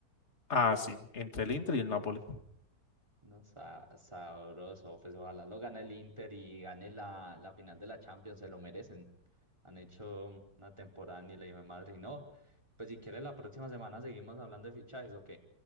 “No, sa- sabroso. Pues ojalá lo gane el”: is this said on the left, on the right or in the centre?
Right